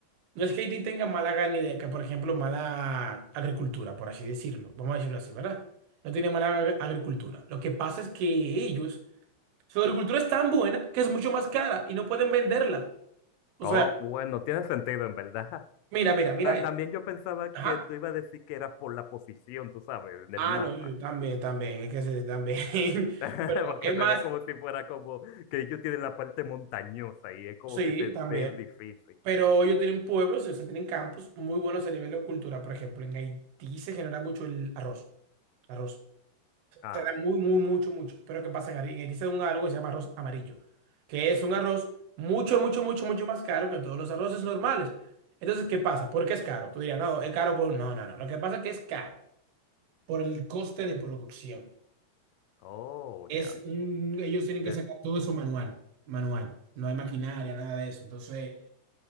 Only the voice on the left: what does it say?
Oh,
bueno, tiene sentido en verdad.
Ta-
También yo pensaba
que tú ibas a decir que era por la posición, tú sabes, en
el mapa,
<laughs>
porque
se
ve como si fuera como que ellos tienen la parte montañosa y es como
que se
ve difícil.
Ah,
oh,
ya.
Te-